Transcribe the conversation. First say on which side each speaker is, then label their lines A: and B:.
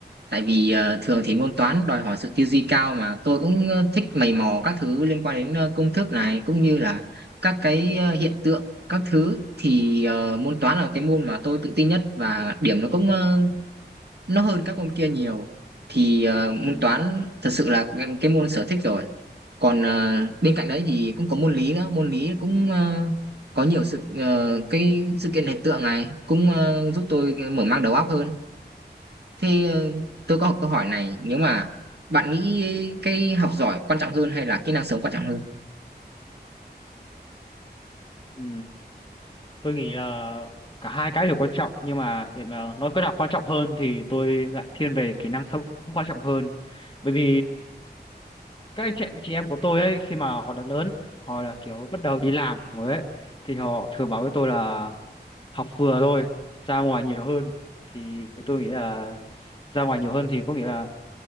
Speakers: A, on the right; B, on the left.
A: tại vì ờ, thường thì môn toán đòi hỏi sự tư duy cao mà tôi cũng ờ, thích mày mò các thứ liên quan đến ờ, công thức này cũng như là các cái ờ, hiện tượng các thứ thì ờ, môn toán là cái môn mà tôi tự tin nhất và điểm nó cũng ờ, nó hơn các môn kia nhiều thì ờ,
B: Ừ.
A: môn toán thật sự là cái môn sở thích rồi còn à, bên cạnh đấy thì cũng có môn lý nữa môn lý cũng à, có nhiều sự ờ, cái sự kiện hiện tượng này cũng ờ, giúp tôi mở mang đầu óc hơn thế ờ, tôi có một câu hỏi này nếu mà bạn nghĩ cái học giỏi quan trọng hơn hay là kỹ năng sống quan trọng hơn
B: ừ. tôi nghĩ là cả hai cái đều quan trọng nhưng mà để mà nói cái nào quan trọng hơn thì tôi lại thiên về kỹ năng sống quan trọng hơn bởi vì các anh chị chị em của tôi ấy khi mà họ đã lớn họ là kiểu bắt đầu đi làm rồi ấy thì họ thường bảo với tôi là học vừa thôi ra ngoài nhiều hơn thì tôi nghĩ là ra ngoài nhiều hơn thì có nghĩa là